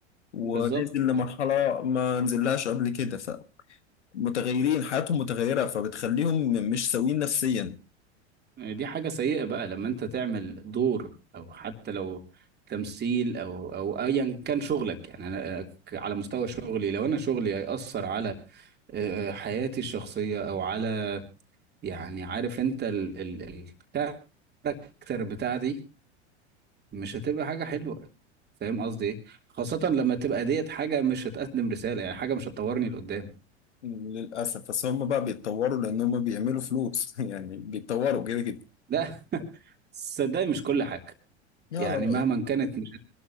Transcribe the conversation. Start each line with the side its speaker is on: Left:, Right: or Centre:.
Left: ونازل
Right: بالظبط
Left: لمرحلة ما نزلهاش قبل كده فمتغيرين حياتهم متغيرة فبتخليهم مش سويين نفسيا
Right: يعني دي حاجة سيئة بقى لما انت تعمل دور او حتى لو تمثيل او او ايا كان شغلك يعني انا ك- على مستوى شغلي لو انا شغلي هيأثر على آه، آه، حياتي الشخصية او على يعني عارف انت ال ال الكاركتر بتاعتي مش هتبقى حاجة حلوة فاهم قصدي ايه خاصة لما تبقى ديت حاجة مش هتقدم رسالة يعني حاجة مش هتطورني لقدام
Left: للأسف بس هم بقى بيتطوروا لأن هم بيعملوا فلوس <laughs> يعني بيتطوروا كده كده
Right: لا <laughs> صدقني مش كل حاجة
Left: يلا
Right: يعني
Left: رأيك
Right: مهما كانت مش